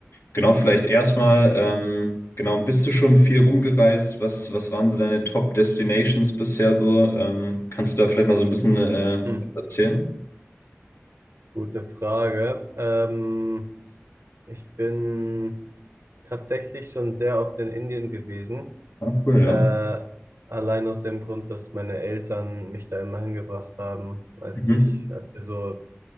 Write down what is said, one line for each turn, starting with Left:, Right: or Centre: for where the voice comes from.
Left: genau, vielleicht erstmal, ähm, genau, bist du schon viel rumgereist? Was, was waren so deine Top Destinations bisher so? Ähm, kannst du da vielleicht mal so ein bisschen äh,
Right: Hm.
Left: was erzählen?
Right: Gute Frage. Ähm, ich bin tatsächlich schon sehr oft in Indien gewesen.
Left: Ah, cool, ja.
Right: Äh, allein aus dem Grund, dass meine Eltern mich da immer hingebracht haben, als
Left: Mhm.
Right: ich, als wir so